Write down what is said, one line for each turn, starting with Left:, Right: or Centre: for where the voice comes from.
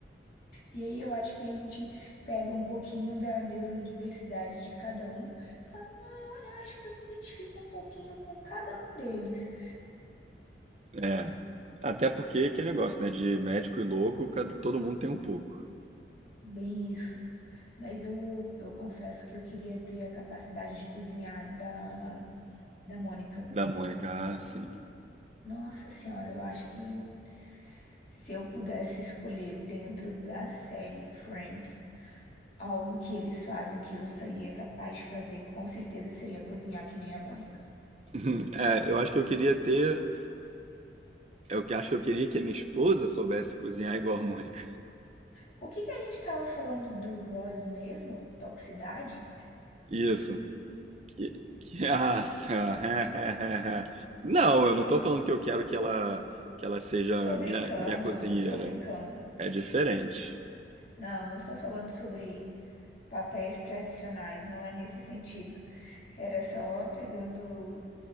Left: E aí eu acho que a gente pega um pouquinho da neurodiversidade de cada um e fala, "Não, olha, eu acho que eu me identifico um pouquinho com cada um deles.
Right: É, é. Até porque aquele negócio, né? De médico e louco, cada- todo mundo tem um pouco.
Left: Bem isso. Mas eu, eu confesso que eu queria ter a capacidade de cozinhar da, da Mônica.
Right: Da Mônica, ah, sim.
Left: Hum, nossa senhora, eu acho que se eu pudesse escolher dentro da série Friends, Algo que eles fazem que eu seria capaz de fazer, com certeza, seria cozinhar que nem a Mônica.
Right: <laughs> É, eu acho que eu queria ter. Eu que- acho que eu queria que a minha esposa soubesse cozinhar igual a Mônica.
Left: O que que a gente estava falando do Ross mesmo? Toxicidade?
Right: Isso. Que, que, nossa. <laughs> Não, eu não tô falando que eu quero que ela que ela seja
Left: Tô brincando,
Right: minha, minha cozinheira.
Left: eu tô brincando.
Right: É diferente.
Left: Não, não estou falando sobre papéis tradicionais, não é nesse sentido. Era só pegando,